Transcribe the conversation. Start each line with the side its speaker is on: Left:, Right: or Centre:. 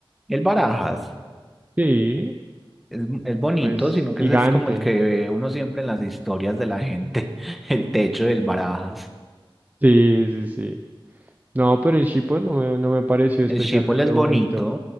Centre: el Barajas
Right: Sí,
Centre: es, es bonito,
Right: pues
Centre: sino
Right: gigante.
Centre: que ese es como el que ve uno siempre en las historias de la gente, <laughs> el techo del Barajas.
Right: Sí, sí, sí. No, pero el Chipo no me, no me pareció especialmente
Centre: El Schiphol es
Right: bonito.
Centre: bonito,